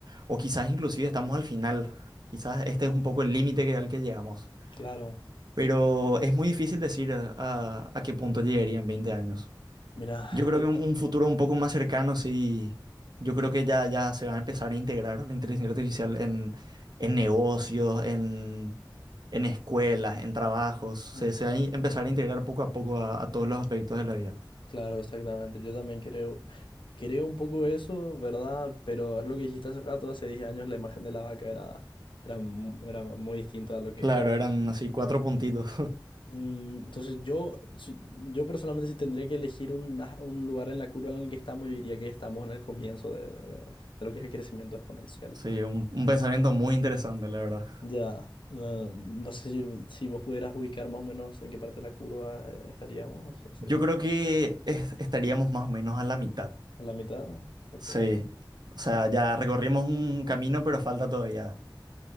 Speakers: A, on the right (about 60°); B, on the left (about 85°).
A: o quizás inclusive estamos al final. Quizás este es un poco el límite que- al que llegamos.
B: Claro,
A: Pero es muy difícil decir a, a- a qué punto llegaría en 20 años.
B: mira,
A: Yo creo
B: de-
A: que un, un futuro un poco más cercano, sí. Yo creo que ya, ya se va a empezar a integrar la inteligencia artificial en, en negocios, en, en escuelas, en trabajos. Se,
B: ujú,
A: se va a in- empezar a integrar poco a poco a a todos los aspectos de la vida.
B: Claro, exactamente. Yo también creo, creo un poco eso, ¿verdad? Pero es lo que dijiste hace rato, hace 10 años la imagen de la vaca era, era, mu- era muy distinta a lo que
A: Claro,
B: es ahora.
A: eran así cuatro puntitos.
B: Mm, Entonces yo, si- yo personalmente si tendría que elegir un, ah, un lugar en la curva en el que estamos, yo diría que estamos en el comienzo de, de lo que es el crecimiento exponencial.
A: Sí, un, un pensamiento muy interesante, la verdad.
B: Ya, no, no sé si, si vos pudieras ubicar más o menos en qué parte de la curva eh, estaríamos, o sea,
A: Yo creo que es- estaríamos más o menos a la mitad.
B: a la mitad. Ok,
A: Sí. O sea, ya recorrimos un camino, pero falta todavía.